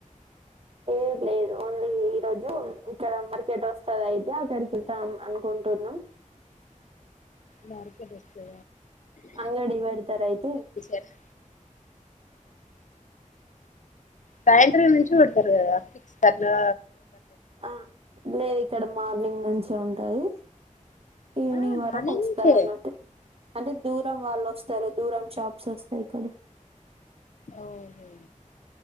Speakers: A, on the right; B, on the left.
A: ఏ లేదు ఓన్లీ ఈరోజు ఇక్కడ మార్కెట్ వస్తది అయితే అక్కడికి వెళ్తాం అనుకుంటున్నాము.
B: మార్కెట్ ఆ
A: అంగడి బేడతారూ అయితే
B: ఏనా సాయంత్రం నుంచి పెడతారు కదా సిక్స్ కి అట్లా
A: ఆ లేదు ఇక్కడ మార్నింగ్ నుంచి ఉం టాది ఈవినింగ్
B: ఆ
A: వరకు
B: మార్నింగ్
A: ఉంచుతారు
B: నుంచే
A: అన్నట్టు అంటే దూరం వాళ్ళు వస్తారు దూరం షాప్ స్వస్త ఇక్కడ
B: ఓహో